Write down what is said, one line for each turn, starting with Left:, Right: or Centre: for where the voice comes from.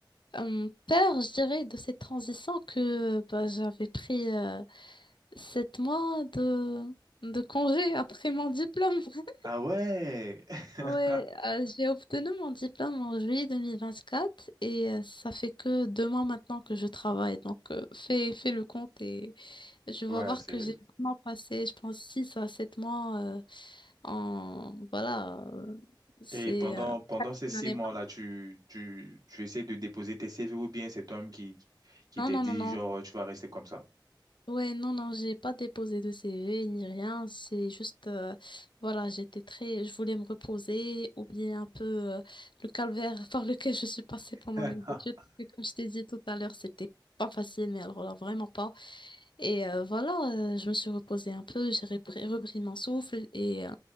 Left: euh, peur, je dirais, de cette transition que euh, bah, j'avais pris euh, sept mois de... de congé après mon diplôme. <laughs>
Right: Ah ouais! <laughs>
Left: Ouais, euh, j'ai obtenu mon diplôme en juillet 2024 et euh, ça fait que deux mois maintenant que je travaille. Donc, euh, fais, fais le compte et je vais
Right: Ouais,
Left: voir
Right: c'est
Left: que j'ai vraiment passé, je pense, six à sept mois euh, en... Voilà, euh, c'est...
Right: Et pendant,
Left: euh,
Right: pendant
Left: presque
Right: ces
Left: une
Right: six
Left: année
Right: mois-là,
Left: blanche.
Right: tu, tu, tu essaies de déposer tes CV ou bien c'est toi-même qui, qui qui
Left: Non,
Right: t'es
Left: non,
Right: dit,
Left: non, non.
Right: genre, tu vas rester comme ça?
Left: Ouais, non, non, j'ai pas déposé de CV ni rien. C'est juste, euh, voilà, j'étais très, je voulais me reposer, oublier un peu euh, le calvaire <laughs> par lequel je suis passée pendant
Right: <laughs>
Left: les études. Parce que comme je t'ai dit tout à l'heure, c'était pas facile, mais alors là, vraiment pas. Et euh, voilà, euh, je me suis reposée un peu, j'ai repris, repris mon souffle et euh,